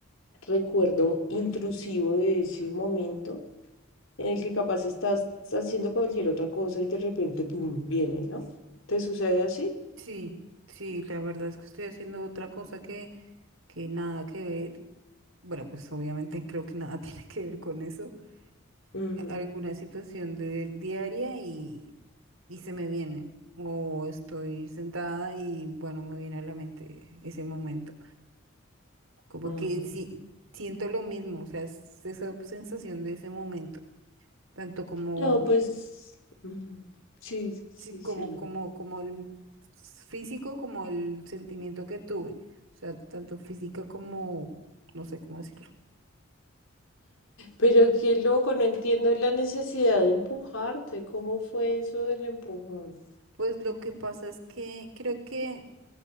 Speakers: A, on the left (about 75°); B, on the right (about 80°).
A: recuerdo intrusivo de ese momento en el que capaz estás haciendo cualquier otra cosa y de repente, ¡pum!, viene, ¿no? ¿Te sucede así?
B: Sí, sí, la verdad es que estoy haciendo otra cosa que, que nada que ver. Bueno, pues obviamente <laughs> creo que nada <laughs> tiene que ver con eso.
A: Ujú,
B: A- Alguna situación de, diaria y, y se me viene. O estoy sentada y bueno, me viene a la mente ese momento. Como
A: ujú.
B: que sí, siento lo mismo, o sea, es esa sensación de ese momento. Tanto como
A: No, pues ujú, sí, sí,
B: Sí, como,
A: sí.
B: como, como el físico, como el sentimiento que tuve. O sea, tanto física como, no sé cómo decirlo.
A: Pero qué loco, no entiendo la necesidad de empujarte. ¿Cómo fue eso del empujón?
B: Pues lo que pasa es que creo que